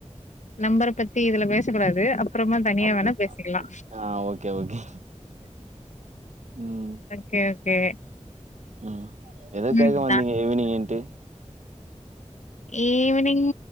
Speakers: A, on the left; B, on the right.
A: நம்பர பத்தி இதுல பேசக்கூடாது அப்றமா தனியா
B: அப்டி
A: வேணா பேசிக்கலா
B: ஆ ஓகே ஓகே ம்
A: கே ஓகே
B: ம் எதோ
A: ம்
B: கேக்க வந்தீங்க
A: நா
B: ஈவ்னிங்ன்ட்டு
A: ஈவ்னிங்